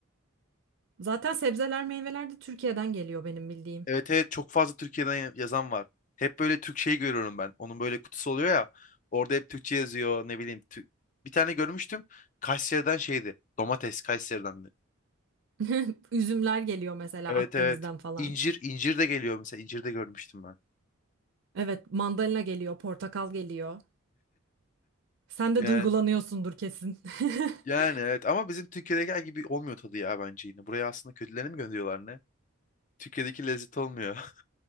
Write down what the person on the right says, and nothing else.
Zaten sebzeler, meyveler de Türkiye'den geliyor benim bildiğim.
<laughs> Üzümler geliyor mesela
Akdeniz'den
falan.
Evet, mandalina geliyor, portakal geliyor. Sen de
duygulanıyorsundur kesin. <laughs>